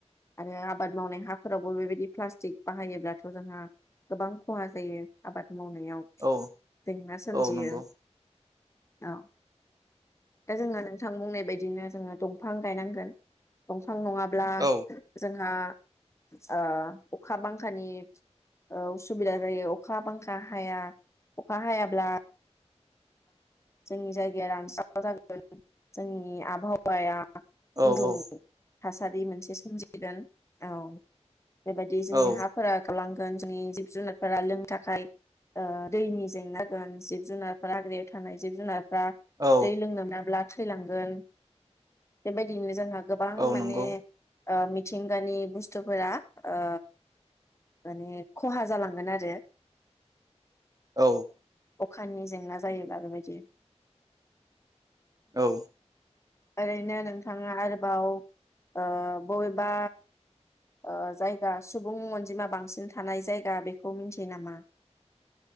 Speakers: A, on the left (about 25°); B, on the right (about 30°).
A: आरो आबाद मावनाय हाफोरावबो बेबायदि प्लास्टिक बाहायोब्लाथ' जोंहा गोबां खहा जायो आबाद मावनायाव
B: औ
A: जेंना सोमजियो
B: औ नंगौ
A: औ दा जोंहा नोंथां बुंनाय बायदिनो जोंङो दंफां गायनांगोन द बिफां नङाब्ला
B: औ
A: जोंहा ओ अखा बांखानि ओ उसुबिदा जायो अखा बांखा हाया अखा हायाब्ला जोंनि जायगाया रानस्रावा जागोन जोंनि आबहावाया गुदुं
B: औ
A: थासारि मोनसे सोमजिगोन औ बेबायदि जोंनि
B: औ
A: हाफोरा गावलांगोन जोंनि जिब जुनारफोरा लोंनो थाखाय ओ दैनि जेंना गोन जिब जुनार हाग्रायाव थानाय जिब जुनार बा
B: औ
A: दै लोंनो मोनाब्ला थैलांगोन बेबायदिनो जोंहा गोबां
B: औ
A: माने
B: नंगौ
A: अ मिथिंगानि बुस्थुफोरा ओ माने खहा जालांगोन आरो ।
B: औ
A: <unintelligible> जेंना जायोब बेबायदि
B: औ
A: ओरैनो नोंथाङा आरोबाव ओ बबेबा ओ जायगा सुबुं अनजिमा बांसिन थानाय जायगा बेखौ मिथियो नामा?